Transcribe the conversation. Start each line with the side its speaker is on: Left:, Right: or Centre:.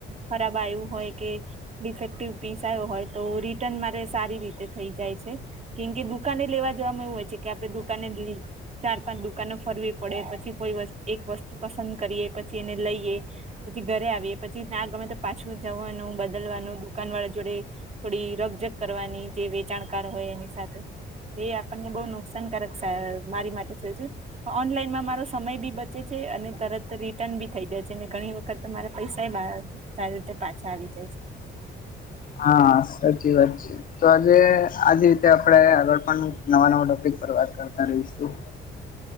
Right: ખરાબ આવ્યું હોય કે ડિફેક્ટિવ પીસ આયો હોય તો રિટર્ન મારે સારી રીતે થઈ જાય છે. કેમ કે દુકાને લેવા જવામાં એવું હોય છે કે આપડે દુકાને લીધુ ચાર પાંચ દુકાનો ફરવી પડે પછી કોઈ એક વસ્તુ પસંદ કરીએ પછી એને લઈએ પછી ઘરે આવીએ પછી ના ગમે તો પાછું જવાનું બદલવાનું દુકાન વાળા જોડે થોડી રગજગ કરવાની જે વેચાણકાર હોય એની સાથે એ આપણને બહ નુકસાનકારક મારી માટે <unintelligible> ઓનલાઈનમાં મારો સમય બી બચે છે અને તરત રિટર્ન બી થઈ જાય છે અને ઘણી વખત મારે પૈસા <unintelligible> સારી રીતે પાછા આવી જાય છે.
Left: હા સાચી વાત છે તો આજ રીતે આપણે આગળ પણ નવા નવા ટોપિક પર વાત કરતા રહીશું.